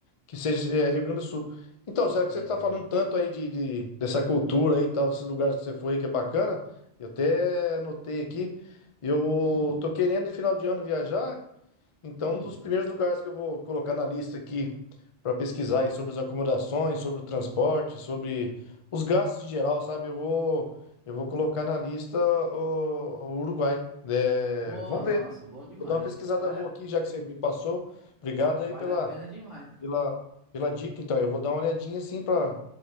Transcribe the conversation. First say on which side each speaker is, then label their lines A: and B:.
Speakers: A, on the left (about 50°); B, on the left (about 70°).
A: que seja é, Rio Grande do Sul. Então, já que
B: É.
A: você está falando tanto aí de, de- dessa cultura aí e tal, desses lugares que você foi que é bacana, eu até anotei aqui. Eu
B: Hum,
A: tô querendo, de final de ano, viajar. Então,
B: hum.
A: um dos primeiros lugares que eu vou colocar na lista aqui para pesquisar aí sobre as acomodações, sobre o transporte, sobre os gastos em geral, sabe? Eu vou, eu vou colocar na lista o, o Uruguai. É,
B: Oh,
A: vamos
B: nossa,
A: ver.
B: bom demais.
A: Vou dar uma pesquisada
B: Vale
A: boa
B: a,
A: aqui, já que você me passou. Obrigado aí
B: vale
A: pela,
B: a pena demais.
A: pela, pela dica. Então, eu vou dar uma olhadinha assim para